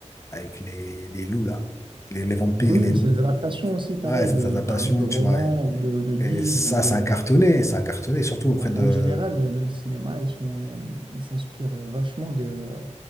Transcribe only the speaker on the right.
Oui,
mais
c'est des adaptations aussi, pareil,
de,
d'un- de romans
ou de, de livres
ou de...
En,
en général, le, le cinéma, ils sont, euh, ils s'inspirent euh, vachement de, euh,